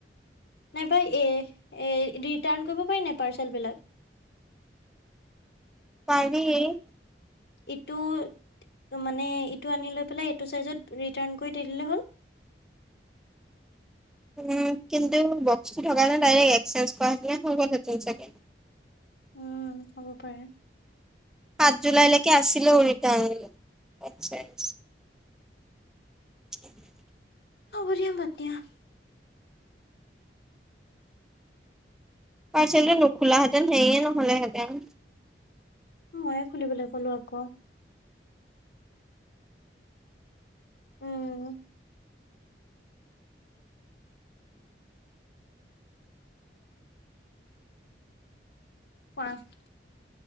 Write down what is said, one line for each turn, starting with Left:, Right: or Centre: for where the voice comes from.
Left: নাই পাই এ ৰিটাৰ্ণ কৰিব পাৰি নাই পাৰ্চেল বিলাক? <inaudible>
Centre: পাৰি <unintelligible>
Left: এইটো টো মানে এইটো আনি লৈ পেলাই, এইটো চাইজত ৰিটাৰ্ণ কৰি দে দিলে হল। <inaudible>
Centre: উ কিন্তু বক্সটো থকা নে ডাইৰেক্ট এক্সেঞ্জ <unintelligible> গ'লহেতেন <unintelligible> চেকেণ্
Left: উম হব পাৰে।
Centre: সাত জুলাইলৈকে আছিলো ৰিটাৰণ অ, <inaudible>
Left: অ' বঢ়িয়া, <unintelligible>
Centre: পাৰ্চলীটো নোখোলা হেঁতেন সেয়ে নহলেহেঁতেন
Left: ময়েই খুলিবলৈ কলোঁ আকৌ। উম। পাৰফেক্ট।